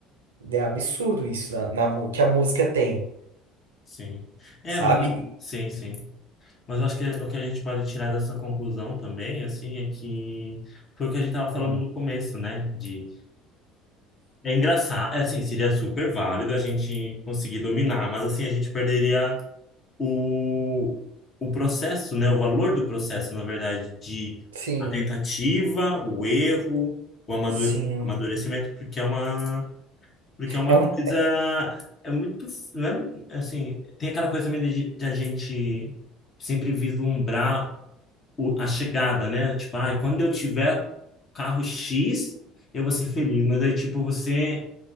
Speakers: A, on the right (about 80°); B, on the left (about 35°).
A: É absurdo isso na, na mu- que a música tem,
B: sim. É,
A: sabe?
B: mas eu- sim, sim. Mas eu acho que o que a gente pode tirar dessa conclusão também, assim, é que foi o que a gente estava falando
A: Hum,
B: no começo, né? De é engraçado, é assim, seria super válido a gente conseguir dominar, mas assim a gente perderia o o processo, né? O valor do processo, na verdade, de
A: sim,
B: a tentativa, o erro, o amadu-
A: sim.
B: amadurecimento, porque é uma Porque é uma
A: É um,
B: coisa. É muito. Não é muito- assim, tem aquela coisa também de, de a gente sempre vislumbrar o- a chegada, né? Tipo, ai, quando eu tiver carro X, eu vou ser feliz. Mas aí, tipo, você.